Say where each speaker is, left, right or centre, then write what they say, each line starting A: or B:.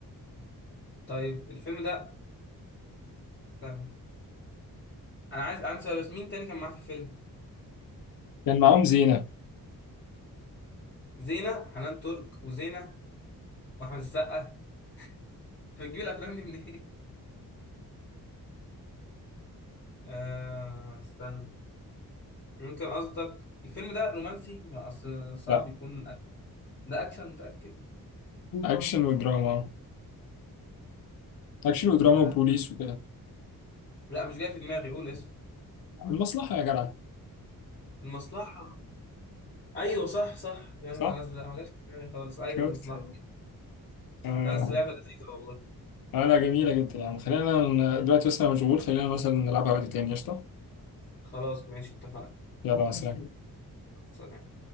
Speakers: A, on the left (about 30°); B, on the left (about 70°).
A: طيب الفيلم ده تمام انا عايز عندي سؤال مين تاني كان معاه في الفيلم
B: كان معاهم زينة
A: زينة حنان ترك وزينة واحمد السقا <laughs> بتجيب الافلام دي منين <laughs> آه استنى ممكن قصدك الفيلم ده رومانسي ما اصل صعب
B: لا
A: يكون أك... ده اكشن متأكد
B: أكشن ودراما أكشن ودراما
A: آه
B: وبوليس وكده
A: لا مش جاي في دماغي قول اسمه
B: المصلحة يا جدع
A: المصلحة ايوه صح صح يا
B: صح؟
A: نهار ازرق ما جاش في دماغي خالص ايوه
B: شفت؟
A: المصلحة
B: آه
A: بس لعبة لذيذة والله
B: آه، لا جميلة جدا يعني خلينا ن- دلوقتي بس أنا مشغول خلينا مثلا نلعبها وقت تاني قشطة
A: خلاص ماشي اتفقنا
B: يلا مع السلامة
A: سلام